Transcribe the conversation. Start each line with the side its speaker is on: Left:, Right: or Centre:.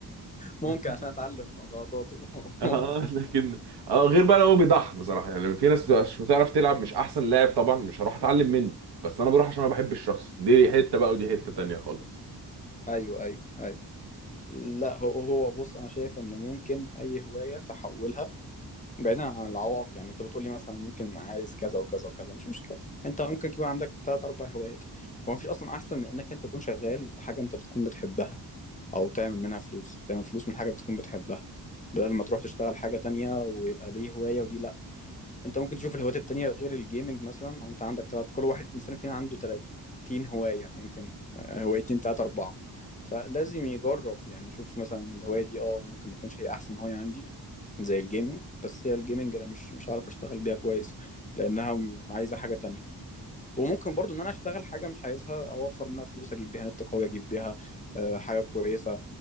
Left: ممكن
Right: <laughs>
Left: عشان اتعلم من غلطاته <laughs>
Right: اه
Left: ممكن
Right: لكن اه غير بقى لو هو بيضحك بصراحه يعني في ناس بتبقى مش بتعرف تلعب مش احسن لاعب طبعا مش هروح اتعلم منه بس انا بروح عشان انا بحب الشخص دي حته بقى ودي حته تانيه خالص
Left: ايوه ايوه ايوه لا هو هو بص انا شايف ان ممكن اي هواية تحولها بعيدا عن العوائق يعني انت بتقولي مثلا ممكن عايز كذا وكذا وكذا مش مشكله انت ممكن يكون عندك تلات اربع هوايات هو مفيش اصلا احسن من انك انت تكون شغال حاجه انت بتكون بتحبها او تعمل منها فلوس تعمل فلوس من حاجه بتكون بتحبها بدل ما تروح تشتغل حاجه تانية ويبقى دي هوايه ودي لا انت ممكن تشوف الهوايات التانية غير الجيمنج مثلا او انت عندك تلات كل واحد انسان فينا عنده 30 هواية ممكن آه، هوايتين تلاتة اربعة فلازم يجرب يعني يشوف مثلا الهواية دي اه ممكن ما تكونش هي احسن هواية عندي زي الجيمنج بس هي الجيمنج انا مش مش هعرف اشتغل بيها كويس لانها م- عايزة حاجة تانية وممكن برضو ان انا اشتغل حاجة مش عايزها اوفر منها فلوس اجيب بيها نت قوي اجيب بيها آه، حاجة كويسة